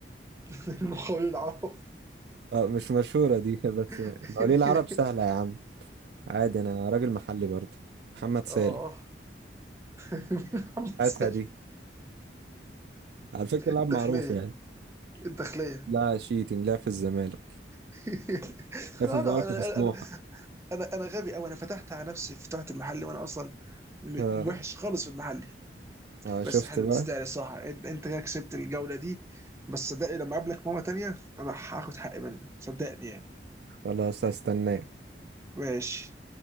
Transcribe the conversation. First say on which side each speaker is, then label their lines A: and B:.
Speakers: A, on the right; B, on the right.
A: <laughs> المخول العوض
B: آه مش مشهورة دي <laughs> بس
A: <laughs>
B: مواليد العرب سهلة يا عم عادي انا راجل محلي برضو محمد سالم
A: اه محمد
B: هاتها
A: سالم
B: دي على فكرة لاعب
A: الداخليه
B: معروف يعني
A: الداخليه
B: لا شيتنج لا في الزمالك
A: <laughs>
B: لا
A: انا
B: في الزمالك
A: انا
B: وفي سموحة
A: انا انا أنا غبي قوي انا فتحت على نفسي فتحت المحل وانا اصلا م-
B: آه.
A: وحش خالص في المحل
B: آه
A: بس
B: شفت
A: حلو
B: بقى
A: تستاهل صح انت انت كده كسبت الجوله دي بس صدقني لما اقابلك مره تانيه انا هاخد حقي منك صدقني يعني
B: خلاص هستناه
A: ماشي